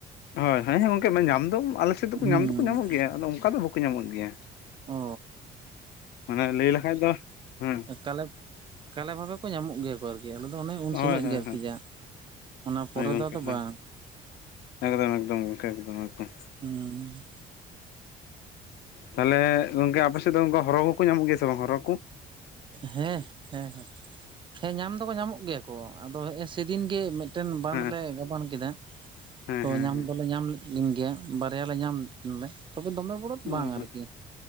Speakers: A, on the left (about 75°); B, on the right (about 30°).
A: ᱦᱳᱭ ᱦᱚᱭ ᱦᱮᱸ ᱜᱚᱝᱠᱮ ᱧᱟᱢ ᱫᱚ ᱟᱞᱮ‌ ᱥᱮᱜᱼᱼ ᱮᱫ
B: ᱦᱩᱸ
A: ᱧᱟᱢ ᱫᱚᱠᱚ ᱧᱟᱢᱚᱜ ᱜᱮᱭᱟ ᱟᱫᱚ ᱚᱱᱠᱟ ᱫᱚ ᱵᱟᱠᱚ ᱧᱟᱢᱚᱜ ᱜᱮᱭᱟ᱾
B: ᱚ
A: ᱢᱟᱱᱮ ᱞᱟᱹᱭ ᱞᱟᱠᱷᱟᱡ ᱫᱚ ᱦᱮᱸ᱾
B: ᱮ ᱠᱟᱞᱮᱵᱽ ᱠᱟᱞᱮ ᱵᱷᱟᱵᱮᱼᱼ ᱠᱚ ᱧᱟᱢᱚᱜ ᱜᱮᱭᱟ ᱠᱚ ᱟᱨᱠᱤ ᱟᱞᱮ ᱫᱚ ᱚᱱᱮ ᱩᱱ
A: ᱦᱳᱭ
B: ᱥᱚᱢᱚᱭ
A: ᱦᱳᱭ
B: ᱜᱮ ᱟᱨᱠᱤ
A: ᱦᱳᱭ
B: ‌ᱡᱟ ᱚᱱᱟ ᱯᱚᱨᱮ
A: ᱦᱳᱭ ᱜᱚᱝᱠᱮ
B: ᱫᱚ ᱟᱫᱚ
A: ᱦᱳᱭ
B: ᱵᱟᱝ᱾
A: ᱮᱠᱫᱚᱢ ᱮᱠᱫᱚᱢ ᱜᱚᱝᱠᱮ ᱮᱠᱫᱚᱢ ᱮᱠᱫᱚᱢ᱾
B: ᱦᱩᱸᱻ᱾
A: ᱛᱟᱦᱞᱮ ᱜᱚᱝᱠᱮ ᱟᱯᱮ ᱥᱮᱜ ᱫᱚ ᱦᱚᱨᱚ ᱠᱚᱠᱚ ᱧᱟᱢᱚᱜ ᱜᱮᱭᱟ ᱥᱮ ᱵᱟᱝ ᱦᱚᱨᱚ ᱠᱚ?
B: ᱦᱮᱸ ᱦᱮᱸ ᱦᱮᱸ ᱧᱟᱢ ᱫᱚᱠᱚ ᱧᱟᱢᱚᱜ ᱜᱮᱭᱟ ᱠᱚ ᱟᱫᱚ ᱦᱮᱸᱜ ᱮ ᱥᱮᱭ ᱫᱤᱱ ᱜᱮ ᱢᱮᱫᱼᱼ ᱴᱮᱱ ᱵᱟᱸᱫᱽ
A: ᱦᱮᱸ
B: ᱞᱮ ᱜᱟᱵᱟᱱ ᱠᱮᱫᱟ
A: ᱦᱮᱸ
B: ᱛᱚ
A: ᱦᱮᱸ
B: ᱧᱟᱢ
A: ᱦᱮᱸ
B: ᱫᱚᱞᱮ ᱧᱟᱢ ᱞᱮᱫᱼᱼ ᱠᱤᱱ ᱜᱮᱭᱟ ᱵᱟᱨᱭᱟ ᱞᱮ ᱧᱟᱢ ᱞᱮᱫ ᱠᱤᱱ ᱞᱮ ᱛᱚᱵᱮ ᱫᱚᱢᱮ ᱵᱚᱲᱚ ᱫᱚ
A: ᱦᱩᱸ
B: ᱵᱟᱝ
A: ᱦᱩᱸ
B: ᱟᱨᱠᱤ᱾